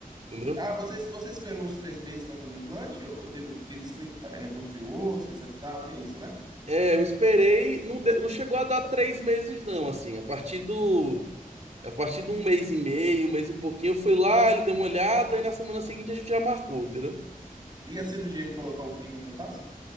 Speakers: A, on the right; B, on the right.
A: entendeu?
B: Porque- Ah, você, você esperou os três meses para fazer o implante? Ou ou teve, um, porque disse que tem que fa- reconstruir o osso, etc, tal, tem isso, né?
A: É, eu esperei, não, de- não chegou a dar três meses não, assim, a partir do... A partir de um mês e meio, um mês e pouquinho, eu fui lá, ele deu uma olhada e na semana seguinte a gente já marcou, entendeu?
B: E a cirurgia de colocar o pino foi fácil?